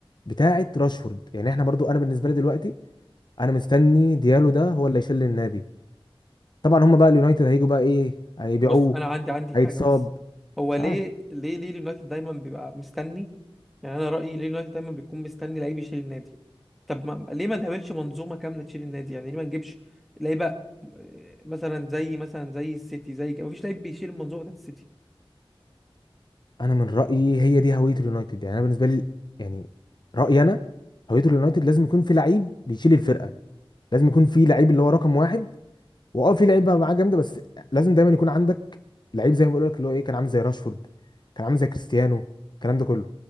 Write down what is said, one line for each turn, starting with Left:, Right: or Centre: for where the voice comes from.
Left: بتاعه راشفورد يعني احنا برضه انا بالنسبه لي دلوقتي انا مستني ديالو ده هو اللي يشيل النادي طبعا هم بقى اليونايتد هيجوا بقى ايه هيبيعوه
Centre: بص انا عندي عندي
Left: هيتصاب
Centre: حاجه بس هو
Left: مش
Centre: ليه
Left: عارف
Centre: ليه ليه اليونايتد دايما بيبقى مستني يعني انا رايي ليه اليونايتد دايما بيكون مستني لعيب يشيل النادي طب ما ليه ما نعملش منظومه كامله تشيل النادي يعني ليه ما نجيبش لعيبه آه، مثلا زي مثلا زي السيتي زي كده مفيش لعيب بيشيل المنظومه بتاعت السيتي
Left: انا من رايي هي دي هويه اليونايتد يعني انا بالنسبه لي يعني رايي انا هويه اليونايتد لازم يكون في لعيب بيشيل الفرقه لازم يكون في لعيب اللي هو رقم واحد واه في لعيب بقى معاه جامده بس لازم دايما يكون عندك لعيب زي ما بقول لك اللي هو ايه كان عامل زي راشفورد كان عامل زي كريستيانو الكلام ده كله